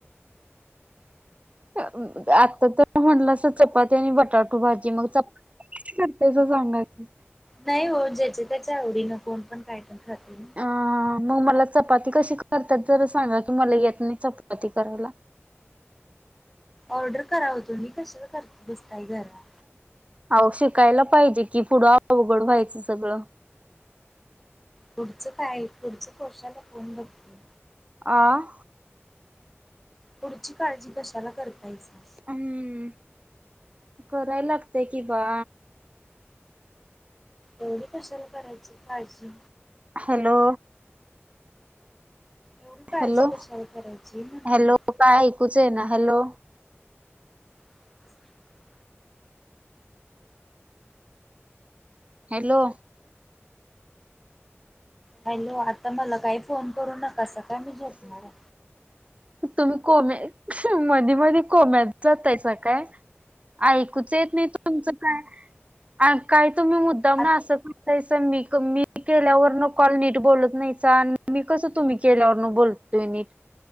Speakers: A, on the right; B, in the centre.
A: आता तर म्हटलं अस चपात त्यानी बटाटू भाजी मग चप्प करतेयस सांगा की?
B: नाही हो जेच्या तेच्या आवडीनं कोणपण कायपण खातयं ना.
A: ह म मला चपाती कशी करतात जरा सांगा की मला येत नाही चपाती करायला.
B: ऑर्डर करा हो तुम्ही कशाला करत बसताय घरात.
A: अहो शिकायला पाहिजे कि पुढं अवघड व्हायचं सगळं.
B: पुढचं काय पुढचं कशाला कोण बघतय?
A: आ.
B: पुढची काळजी कशाला करतायसा.
A: हम्म कराय लागतीया कि बा
B: एवढी कशला करायची काळजी
A: हॅलो.
B: एवढी काळजी
A: हॅलो
B: कशाला करायची ना म्हणाले.
A: हॅलो काय ऐकूच येईना हॅलो.
B: <inaudible>
A: हॅलो.
B: हॅलो आता मला काही फोन करू नकासा काय मी झोपणार हायं.
A: तुम्ही कोम्या मधी मधी कोम्यात जातायसा काय? ऐक कूच येत नाही तुमच काय ऐकाय तुम्ही मुद्दामनं
B: आ
A: असं तैसं मीक मी केल्यावर न कॉल नीट बोलत नाहीसा मी कसं तुम्ही केल्यावर न बोलतोय नीट.